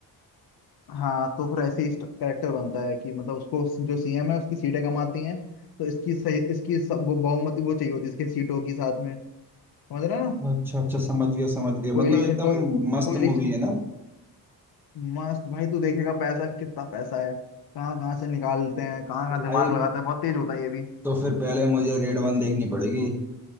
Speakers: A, on the left; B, in the centre.
A: हाँ तो फिर ऐसे ही करेक्टर बनता है कि मतलब उसको जो सीएम है उसकी सीटें कम आती हैं तो इसकी सही इसकी स- वो बहुमति वो चाहिए होती है इसके सीटों की साथ में समझ रहे हैं ना
B: अच्छा अच्छा समझ गया समझ गया
A: कोयलिशन
B: मतलब एकदम
A: को
B: मस्त
A: कोयलिशन
B: मूवी है ना
A: मस्त भाई तू देखेगा पैसा कितना पैसा है कहाँ कहाँ से निकालते हैं कहाँ कहाँ
B: तो
A: दिमाग
B: भाई
A: लगाता है बहुत तेज होता है ये भी
B: तो फिर पहले मुझे रेड वन देखनी पड़ेगी